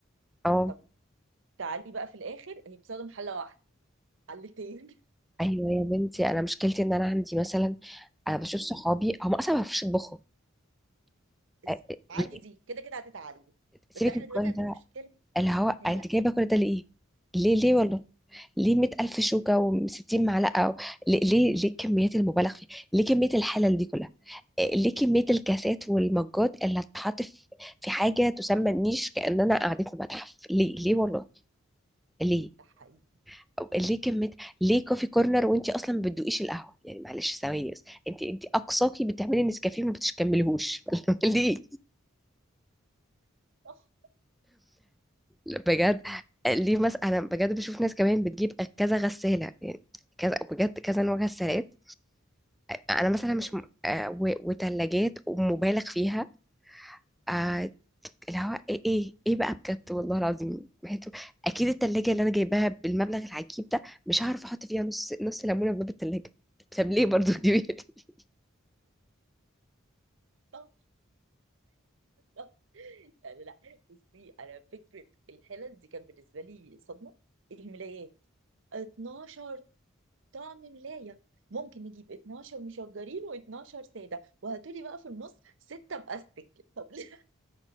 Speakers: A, in the centre; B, on the right.
A: اه
B: طب تعالي بقى في الاخر هي بتستخدم حلة واحدة حلتين
A: ايوه يا بنتي انا مشكلتي ان انا عندي مثلا انا بشوف صحابي هم اصلا ما بيعرفوش يطبخوا
B: <laughs>
A: أ- أ-
B: عدي
A: ليه؟
B: دي كده كده هتتعلم
A: سيبك
B: بس احنا
A: من كل
B: دلوقتي عندنا
A: ده
B: مشكله
A: اللي هو انت
B: هي
A: جايبه كل ده ليه ليه ليه
B: بس
A: والله
B: كده
A: ليه 100000 شوكة و60 معلقة و- ليه ليه ليه كميات المبالغ فيها ليه كمية الحلل دي كلها إيه، ليه كمية الكاسات والمجات اللي هتتحط في في حاجة تسمى النيش كأننا قاعدين في متحف ليه ليه والله ليه
B: ده حقيقي
A: أو ليه كمية ليه كوفي كورنر وانت اصلا ما بتدوقيش القهوه يعني معلش ثواني بس انت انت اقصاكي بتعملي نسكافيه ما بتكمليهوش <laughs> ليه
B: صح
A: بجد ليه مثلا انا بجد بشوف ناس كمان بتجيب كذا غسالة يعني كذا بجد كذا نوع غسالات انا مثلا
B: أيوة.
A: مش م... آه و... وتلاجات ومبالغ فيها آه اللي هو ايه ايه ايه بقى بجد والله العظيم بحيث- اكيد التلاجة اللي انا جايباها بالمبلغ العجيب ده مش هعرف احط فيها نص نص ليمونة في باب التلاجة طب ليه برضو كبير <laughs>
B: صح صح يعني لا بصي انا فكره الحلل دي كانت بالنسبه لي صدمه الملايات 12 طعم ملايه ممكن نجيب 12 مشجرين و12 ساده وهاتولي بقى في النص سته باستك طب ليه